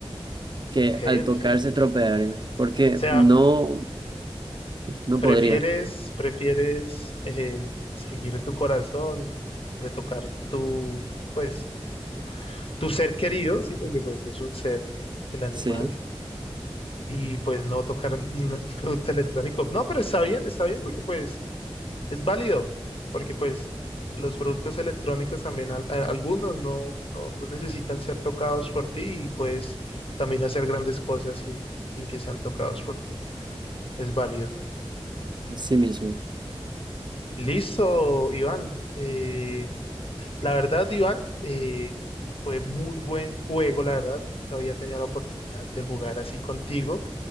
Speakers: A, on the right; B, on the left.
A: Que
B: Ok,
A: al
B: ok.
A: tocar
B: O
A: se tropear, ¿eh? porque
B: sea,
A: no, no
B: ¿Prefieres,
A: podría.
B: prefieres eh, seguir tu corazón, de tocar tu, pues, tu ser querido, sí, porque pues es un ser, el animal,
A: Sí,
B: y pues no tocar un <laughs> producto electrónico? No, pero está bien, está bien, porque pues es válido, porque pues los productos electrónicos también, al- a- algunos no, no, no necesitan ser tocados por ti y pues también hacer grandes cosas sin, sin que sean tocados por ti. Es válido.
A: así mismo.
B: Listo, Iván. Eh, La verdad, Iván, eh, fue muy buen juego, la verdad. Había tenido la oportunidad de jugar así contigo.